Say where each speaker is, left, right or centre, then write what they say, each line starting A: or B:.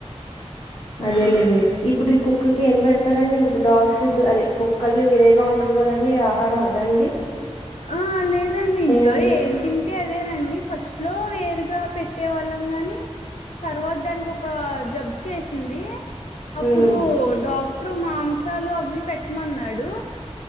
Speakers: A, on the left; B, on the left.
A: అదేలెండి ఇప్పుడు ఈ కుక్కకి ఏం పెడతారండి డాగ్ ఫుడ్ అదే కుక్కల్ని వేరగ ఉంటది కదండి ఆహారం అదండీ
B: ఆ లేదండి ఇంట్లో
A: అండి
B: ఏం తిం టే అదేనండి ఫస్ట్ లో వేరుగా పెట్టే వాళ్ళం గాని తర్వాత దానికి ఒక జబ్ చేసింది అప్పుడు
A: ఉమ్
B: డాక్టరు మాంసాలు అవి పెట్టమన్నాడు,